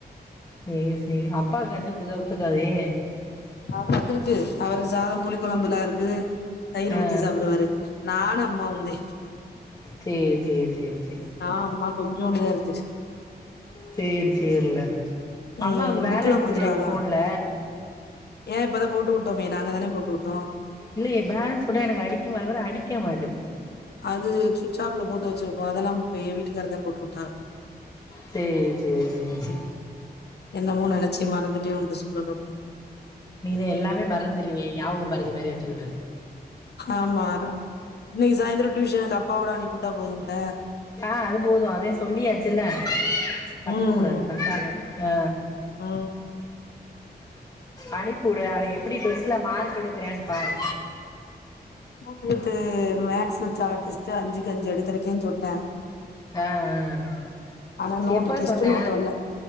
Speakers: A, on the left; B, on the left.
A: சேர் செரி அப்பாக்கு கஞ்சி குடுத்தா ஒத்துக்காதே
B: அவருக்கு இருக்கு அவருக்கு சாதம் புளி கொழம்பெல்லா இருக்கு தயிறு
A: ஆ
B: ஊத்தி சாப்பிடுவாரு நானு அம்மாவுந்தே
A: சேர் சேர் சேர் சேர்
B: ஆ ம்மா கொஞ்சோண்டுதா இருந்துச்சு
A: சேர் சேரில
B: ம்
A: அம்மாவுக்கு வேலன்ஸ்
B: புக்குல்லா குடுத்துட்டாகளா
A: இல்லயா போன்ல
B: ஏன் இப்பதான் போட்டு வுட்டோமே நாங்க தான போட்டு வுட்டோம்
A: இல்லையே பேலன்ஸ் போட்டா எனக்கு அடிக்கும் வர வர அடிக்க மாட்டுது
B: அது சுவிட்ச ஆப்ல போட்டு வச்சிருக்கோம் அதெல்லாம் இப்ப ஏ வீட்டுக்கார தான் போட்டு வுட்டா
A: சேரி சேரி சேரி சேரி
B: என்னமோ நெனைச்சே மறந்துட்டே ஓன்ட சொல்லணும்
A: நீ இத எல்லாமே மறந்துருவே ஞாபகமறதி மாரி வச்சுக்கிட்டு
B: ஆமா டா இன்னைக்கு சாயந்தரம் டியூஷனுக்கு அப்பாவோட அனுப்பிவுட்டா போதும்ல
A: ஆ அது போதும் அதே சொல்லியாச்சுல கத்தக்க
B: ம்
A: கூடாது கத்தாத ஆ
B: ம்
A: அனுப்பிவுடு அவன் எப்டி டெஸ்ட்ல மார்க் எடுக்கறன் பாரு
B: மூணு எழுத்து மேக்ஸ் சா டெஸ்ட்டு அஞ்சுக்கு அஞ்சு எடுத்திருக்கேன் சொன்ன
A: ஆ ஆ
B: ஆனா நோட்டு
A: எப்ப
B: டெஸ்ட்
A: சொன்ன
B: நோட்டு வல்ல